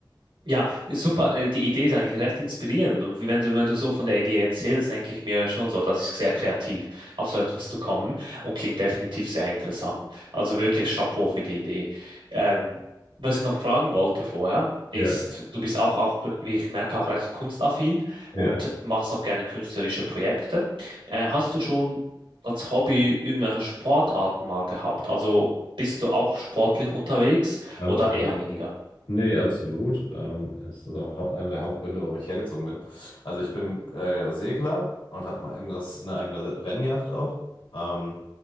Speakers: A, on the right; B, on the left.
A: Ja, ist super. äh, Die Idee ist eigentlich recht inspirierend. Und wenn du, wenn du so von der Idee erzählst, denke ich mir schon so, das ist sehr kreativ, auf so etwas zu kommen und klingt definitiv sehr interessant. Also wirklich Chapeau für die Idee. Ähm, was ich noch fragen wollte vorher, ist,
B: Ja,
A: du bist auch, auch, wie ich merke, auch recht kunstaffin und
B: ja,
A: machst auch gerne künstlerische Projekte. Äh, hast du schon als Hobby irgendwelche Sportarten mal gehabt? Also bist du auch sportlich unterwegs
B: absolut.
A: oder eher weniger?
B: Nee, absolut. Ähm, es ist auch Hau- Einer der Hauptgründe, warum ich hergezogen bin. Also ich bin äh, Segler und habe ein eigenes, eine eigene Rennjacht auch ähm,